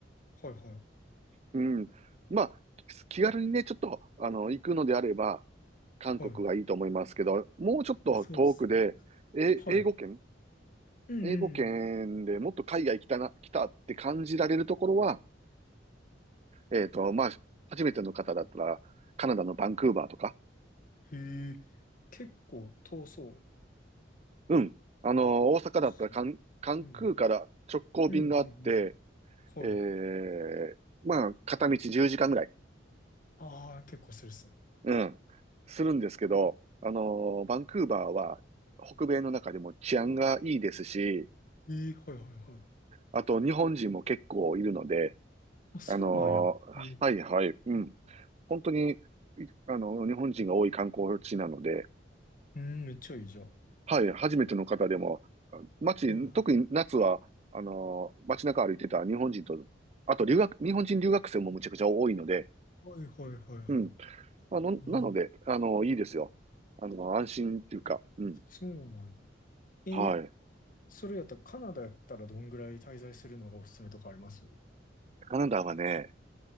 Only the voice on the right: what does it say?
うん。まあ、気軽にね、ちょっと、あの、行くのであれば、韓国がいいと思いますけど、
もうちょっと遠くで、
え、
英語圏
英語圏でもっと海外来たな、来たって感じられるところは、えっと、まあ、初めての方だったら、カナダのバンクーバーとか、
うん。あの、大阪だったらカン、
カンクーから直行便があって、
ええまあ、片道10時間ぐらい、
うん、するんですけど、あの、バンクーバーは北米の中でも治安がいいですし、
あと日本人も結構いるので、
あのー
はいはい、うん。本当に、いあの、日本人が多い観光地なので、
はい、初めての方でも、あ街、
特に夏は、あのー街中歩いてた日本人と、あと留学、日本人留学生もむちゃくちゃ多いので、
うん。まあの、
なので、あのいいですよ。あの、安心っていうか、
うん。
はい。
カナダはね、